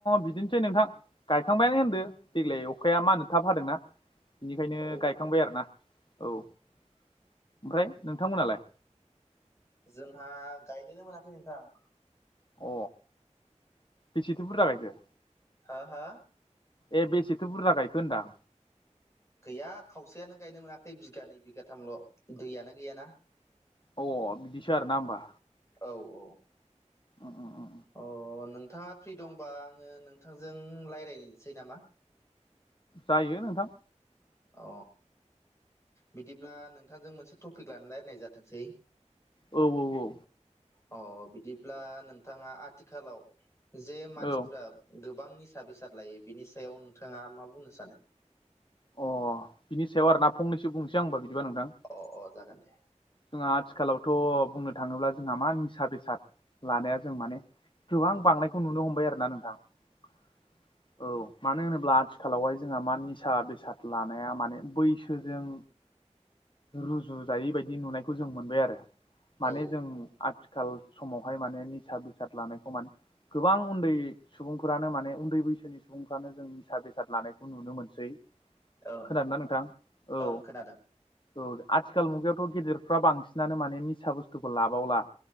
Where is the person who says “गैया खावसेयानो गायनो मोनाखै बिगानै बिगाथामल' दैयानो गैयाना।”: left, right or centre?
Left